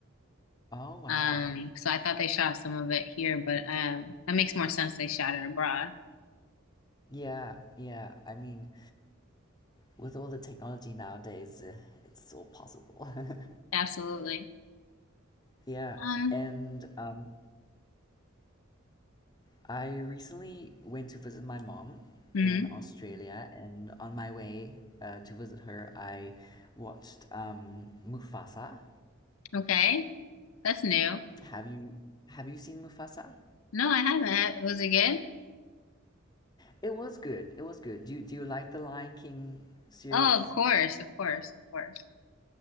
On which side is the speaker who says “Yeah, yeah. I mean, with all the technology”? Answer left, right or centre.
Left